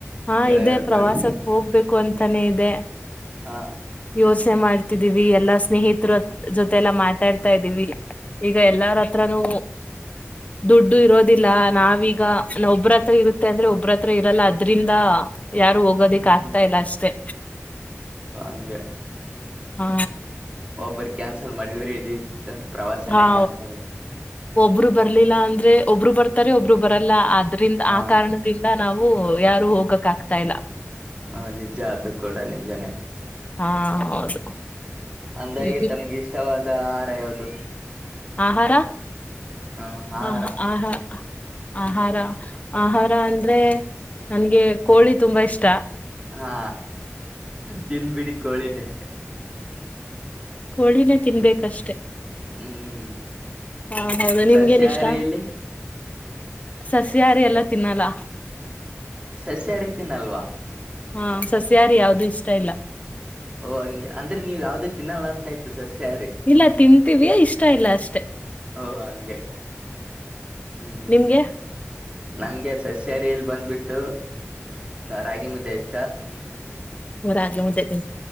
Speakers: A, on the left; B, on the right.
A: ಹಾ
B: ಗೆಳೆಯರ
A: ಇದೆ ಪ್ರವಾಸಕ್
B: ಜೋಡಿ
A: ಹೋಗ್ಬೇಕು ಅಂತಾನೇ ಇದೆ
B: ಹಾ
A: ಯೋಚನೆ ಮಾಡ್ತಿದೀವಿ ಎಲ್ಲಾ ಸ್ನೇಹಿತರ ಜೊತೆ ಎಲ್ಲಾ ಮಾತಾಡ್ತಾ ಇದ್ದೀವಿ ಈಗ ಎಲ್ಲಾರ ಹತ್ರನೂ ದುಡ್ಡು ಇರೋದಿಲ್ಲ ನಾವೀಗ ನ ಒಬ್ರತ್ರ ಇರುತ್ತೆ ಅಂದ್ರೆ ಒಬ್ರತ್ರ ಇರಲ್ಲ ಅದ್ರಿಂದ ಯಾರು ಹೋಗೋದಿಕ್
B: ಹ್ಮ್
A: ಆಗ್ತಾ ಇಲ್ಲ ಅಷ್ಟೆ
B: ಹಂಗ
A: ಹ
B: ಒಬ್ಬರು ಕ್ಯಾನ್ಸಲ್ ಮಾಡಿದ್ರಿ ಇಡಿ ಪ್ರವಾಸನೆ
A: ಹಾ
B: ಕ್ಯಾನ್ಸಲ್
A: ಒಬ್ರು ಬರ್ಲಿಲ್ಲ ಅಂದ್ರೆ ಒಬ್ಬರು ಬರ್ತಾರೆ ಒಬ್ರು ಬರಕ್ ಲ್ಲ ಆದ್ರಿಂದ
B: ಹಾ
A: ಆ ಕಾರಣದಿಂದ ನಾವು ಯಾರು ಹೋಗಕ್ ಆಗ್ತಾ ಇಲ್ಲ
B: ಹ ನಿಜ ಆದ ಕೂಡ ನಿಜಾನೇ
A: ಹಾ ಹೌದು
B: ಅಂದಾಗಿ
A: ಹ್ಮ್ ಹ್ಮ್.
B: ತಮ್ಗೆ ಇಷ್ಟವಾದ ಯಾವುದು
A: ಆಹಾರ
B: ಹ ಆಹಾರ
A: ಹಾ ಹ ಹ ಹಾ ಆಹಾರ ಆಹಾರ ಅಂದ್ರೆ ನನ್ಗೆ ಕೋಳಿ ತುಂಬಾ ಇಷ್ಟ
B: ಹಾ ತಿನ್ಬಿಡಿ ಕೋಳಿನೇ
A: ಕೋಳಿನೇ ತಿನ್ಬೇಕಷ್ಟೆ
B: ಹ್ಮ್
A: ಹಾ ಹೌದು ನಿಮಗೇನು
B: ಸಸ್ಯಾಹಾರಿಯಲ್ಲಿ
A: ಇಷ್ಟ ಸಸ್ಯಾಹಾರಿ ಎಲ್ಲ ತಿನ್ನಲ್ಲ
B: ಸಸ್ಯಾಹಾರಿ ತಿನ್ನಲ್ವಾ
A: ಹಾ ಸಸ್ಯಾರಿ ಯಾವ್ದು ಇಷ್ಟ ಇಲ್ಲ
B: ಓ ಹಂಗೆ ಅಂದ್ರೆ ನೀವು ಯಾವ್ದೂ ತಿನ್ನಲ್ಲ ಅಂತಯ್ತು ಸಸ್ಯಾರಿ
A: ಇಲ್ಲ ತಿಂತೀವಿಯ ಇಷ್ಟ ಇಲ್ಲ ಅಷ್ಟೇ
B: ಓ ಹಂಗೆ ಹ್ಮ್
A: ನಿಮ್ಗೆ
B: ನಮ್ಗೆ ಸಸ್ಯಾರಿ ಅಲ್ಲಿ ಬಂದ್ಬಿಟ್ಟು ನ ರಾಗಿ ಮುದ್ದೆ ಇಷ್ಟ
A: ರಾಗಿ ಮುದ್ದೆ